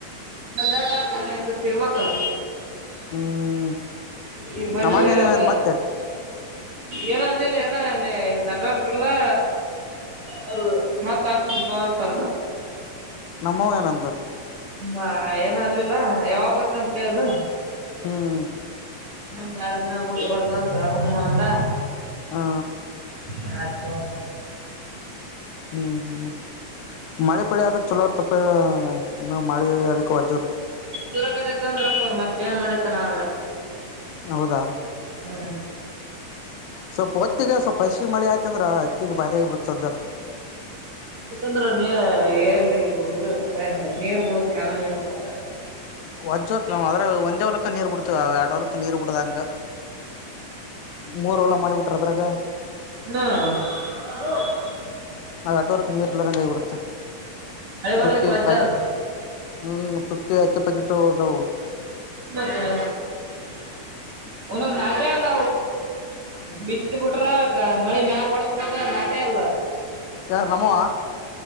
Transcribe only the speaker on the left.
ಹ್ಮ್
ನಮ್ಮ ಅಣ್ಣ ಏನೇನಂದ
ಮತ್ತೆ
ನಮ್ಮವ ಏನಂದ
ಹ್ಮ್
ಹ್ಮ
ಹ್ಮ್ ಹ್ಮ್ ಮಳೆ ಪಳಿ ಆದ್ರ ಚಲೋ ತಪ್ಪ ಇನ್ನು ಮಳೆ ಅ ವಜುತ್
ಹೌದಾ
ಸ್ವಲ್ಪ ಹೊತ್ತಿಗೆ ಸ್ವಲ್ಪ ಹಸಿ ಮಳೆ ಆಯ್ತಂದ್ರ ಹತ್ತಿಗೆ ಭಾರಿ ಆಗ್ಬಿಡ್ತದ
ವಜ್ೋತ್ ನಾವವು ಅ್ರೆ ಒಂದೇ ವಲಕ್ಕಕ್ ನೀರ್ ಬಿಡ್ತವ ಆ ಎರಡ್ ವಲಕ್ಕಕ್ ನೀರ್ ಬಿಡ್ದಂಗ ಡ <inaudible> ಮೂರ್ ಹೊಲ ಮಾಡಿಬಿಟ್ರ ಅದ್ರಗ
ಅವ ಅಡ್ಡುೋರತ್ ನೀರುಲ್ಲರಂಗೈ ಕೊಡ್ತ <unintelligible>
ತುಟ್ಟಿ
ಪ್ಯಾಕೆಟ್
ಹ್ಮ್ ತುಟ್ಟಿ ಐತ್ತು ಪ್ಯಾಕೆಟ್ ಹಟ್ಟೋದು <inaudible>
ಯಾರು ನಮ್ಮವ